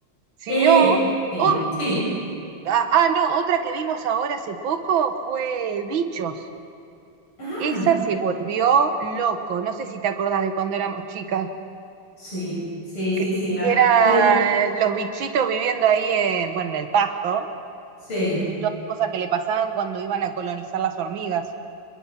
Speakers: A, on the right; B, on the left.
A: Si
B: Eh,
A: no,
B: sí,
A: o-
B: sí.
A: ah, ah, no, otra que vimos ahora hace poco fue Bichos.
B: Ah.
A: Esa se volvió loco, no sé si te acordás de cuando éramos chicas.
B: Sí, sí, sí,
A: que,
B: sí, me ac-
A: que eran
B: pero
A: los bichitos viviendo ahí, eh, bueno, en el pasto,
B: sí,
A: y todas las cosas que le pasaban cuando iban a colonizar las hormigas.